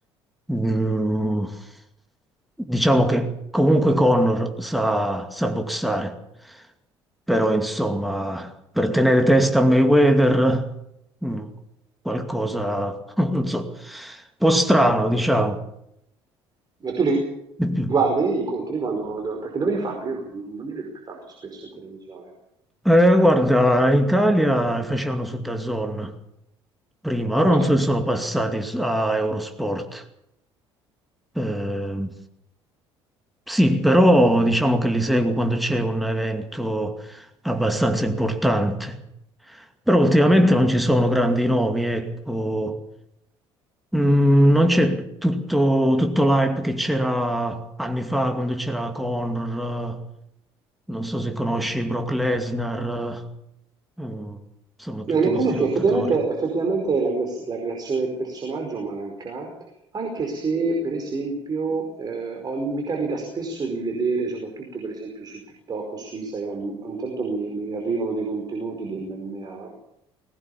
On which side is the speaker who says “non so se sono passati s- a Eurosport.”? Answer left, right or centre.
Centre